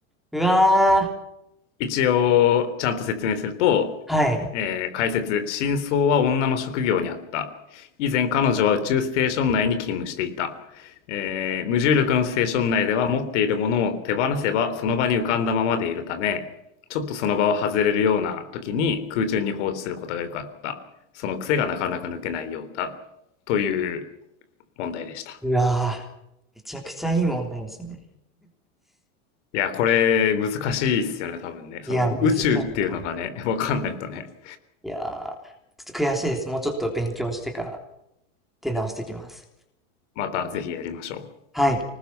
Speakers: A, in the centre; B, on the left.
A: うわ
B: 一応、ちゃんと説明すると、
A: ー。はい。
B: えー解説、真相は女の職業にあった。以前彼女は宇宙ステーション内に勤務していた。えー無重力のステーション内では持っているものを手放せばその場に浮かんだままでいるため、ちょっとその場を外れるような時に空中に放置することが良かった。その癖がなかなか抜けないようだ。という問題でした。
A: うわー。めちゃくちゃいい問題ですね。
B: いや、これ難しいっすよね、多分ね。
A: いや、
B: その宇宙っていうのがね、
A: 難しかった。
B: <laughs> わかんないとね。
A: いやー、ちょっと悔しいです。もうちょっと勉強してから出直してきます。
B: またぜひやりましょう。
A: はい。